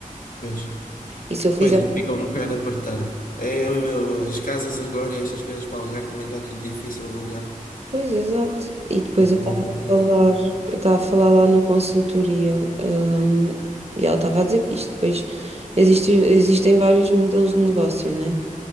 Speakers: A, on the left (about 80°); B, on the right (about 45°).
A: pois.
B: E se eu fizer.
A: Pois, e fica um bocado apertado. É, eu- eu- as casas agora e estas coisas para alugar também está tudo difícil de alugar.
B: Pois, exato. E depois
A: Está tudo
B: eu estava
A: muito complicado.
B: a falar, eu estava a falar lá na consultoria, hum, e ela estava a dizer que isto depois existe, existem vários modelos de negócio, né?